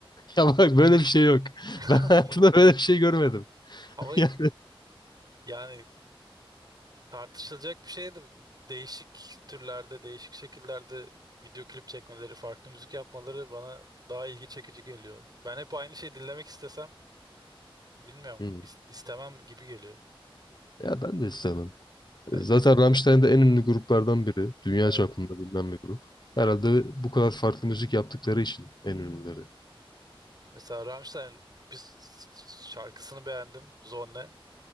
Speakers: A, on the left; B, on the right.
A: Ya bak böyle bir şey yok. <laughs>
B: <laughs>
A: Ben hayatımda böyle bir şey görmedim. <laughs>
B: ama
A: Yani,
B: yani Tartışılacak bir şey de değişik türlerde, değişik şekillerde video klip çekmeleri, farklı müzik yapmaları bana daha ilgi çekici geliyor. Ben hep aynı şeyi dinlemek istesem bilmiyorum,
A: Hmm.
B: is- istemem gibi geliyor.
A: ya ben de istemem.
B: E,
A: E, Zaten Rammstein de en ünlü gruplardan biri. Dünya
B: Evet.
A: çapında bilinen bir grup. Herhalde bu kadar farklı müzik yaptıkları için en ünlüleri.
B: Mesela Rammstein bir s- s- şarkısını beğendim, Zonne.